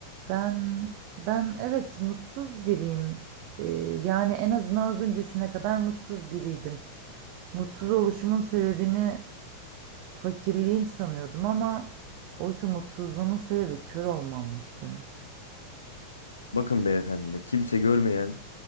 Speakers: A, on the right; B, on the left.
A: ben ben evet mutsuz biriyim. E, yani en azından az öncesine kadar mutsuz biriydim. Mutsuz oluşumun sebebini fakirliğim sanıyordum ama oysa mutsuzluğumun sebebi kör olmammış benim.
B: Bakın beyefendi kimse görmeyen,